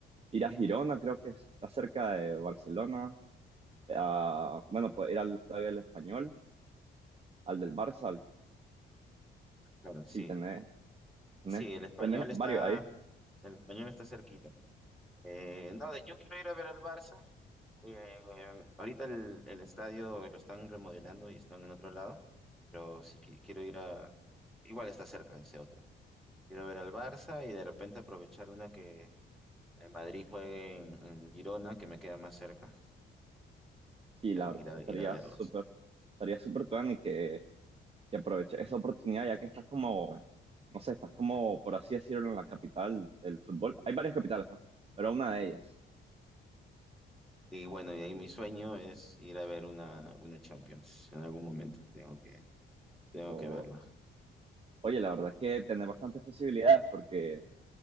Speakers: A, on the right; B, in the centre.
A: ir a Girona, creo que está cerca de Barcelona. a- bueno, puedes ir al estadio del Español, al del Barça, al-
B: Claro,
A: sí,
B: sí,
A: tenés, tenés,
B: sí, el español
A: tenés
B: está,
A: varios ahí.
B: el español está cerquita. Eh, no, de- yo quiero ir a ver al Barça. Eh, ahorita el, el estadio lo están remodelando y están en otro lado, pero sí qui- quiero ir a, igual está cerca ese otro. Quiero ver al Barça y de repente aprovechar una que El Madrid juegue en, en Girona, que me queda más cerca,
A: Sí,
B: ir
A: la
B: a,
A: verdad
B: ir
A: es
B: a-
A: que estaría
B: ir a verlos.
A: súper, estaría súper tuani que, que aproveches esa oportunidad ya que estás como, no sé, estás como, por así decirlo, en la capital del fútbol. Hay varias capitales, pues, pero una de ellas.
B: Y bueno, y ahí mi sueño es ir a ver una, una Champions en algún momento. Tengo que, tengo
A: O,
B: que verla.
A: oye, la verdad es que tenés bastantes posibilidades porque,